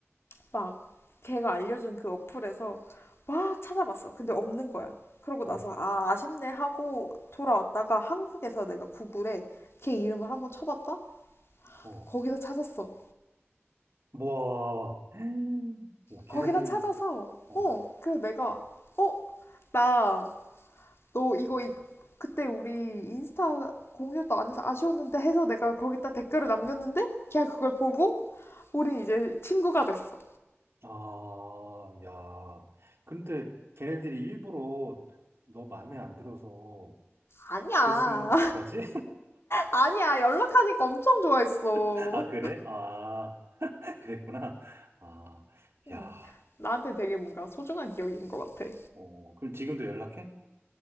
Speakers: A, on the left; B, on the right.
A: 막 걔가 알려준 그 어플에서 막 찾아봤어. 근데 없는 거야. 그러고
B: 어,
A: 나서 아, 아쉽네 하고 돌아왔다가 한국에서 내가 구글에 걔 이름을 한번 쳐봤다?
B: 어.
A: 거기서 찾았어.
B: 와, 야, 걔네들,
A: 거기서 찾아서
B: 어,
A: 어, 그래서 내가 어, 나 너 이거 이- 그때 우리 인스타 공유도 안 해서 아쉬웠는데 해서 내가 거기다 댓글을 남겼는데 걔가 그걸 보고 우린 이제 친구가 됐어.
B: 아, 야. 근데 걔네들이 일부러 너 마음에 안 들어서
A: 아니야.
B: 그랬으면 어떡하지?
A: 아니야, 연락하니까 엄청 좋아했어.
B: <laughs> 아, 그래? 아, <laughs> 그랬구나. 아,
A: 응.
B: 야,
A: 나한테 되게 뭔가 소중한 기억인 것 같아.
B: 어, 그럼 지금도 연락해?